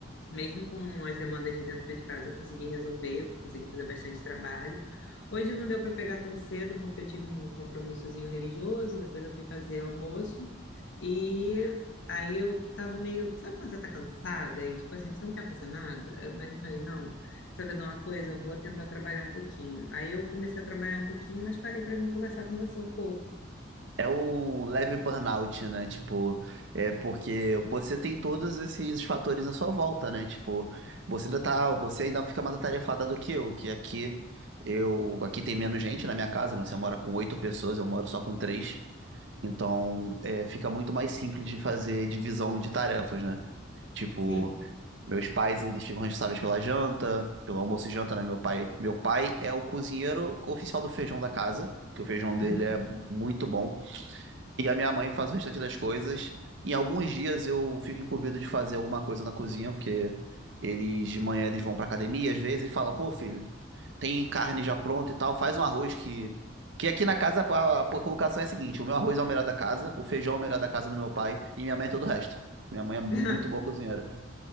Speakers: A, on the left; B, on the right.
A: mesmo com as demandas de dentro de casa, eu consegui resolver, consegui fazer bastante trabalho. Hoje não deu para pegar tão cedo, porque eu tive um compromissozinho religioso, depois eu fui fazer almoço, e aí eu tava meio. Sabe quando você tá cansada? E tipo assim, você não quer fazer nada? Mas eu falei, não, sabe de uma coisa? Eu vou tentar trabalhar um pouquinho. Aí eu comecei a trabalhar um pouquinho, mas parei para vir conversar com você um pouco.
B: É um leve burnout, né? Tipo, é porque você tem todos esses fatores à sua volta, né? Tipo, você ainda tá, você ainda fica mais atarefada do que eu, que aqui eu, aqui tem menos gente na minha casa, né? Você mora com oito pessoas, eu moro só com três. Então, é, fica muito mais simples de fazer divisão de tarefas, né? Tipo,
A: Sim.
B: meus pais, eles ficam responsáveis pela janta, pelo almoço e janta, né? Meu pai, meu pai é o cozinheiro oficial do feijão da casa, que o feijão
A: Hum?
B: dele é muito bom. E a minha mãe faz o restante das coisas. Em alguns dias eu fico incumbido de fazer alguma coisa na cozinha, porque eles de manhã eles vão pra academia às vezes e falam: pô, filho, tem carne já pronta e tal, faz um arroz que. Que aqui na casa a a colocação é a seguinte: o meu arroz é o melhor da casa, o feijão é o melhor da casa do meu pai e minha mãe é todo o resto. Minha mãe é muito
A: <laughs>
B: boa cozinheira.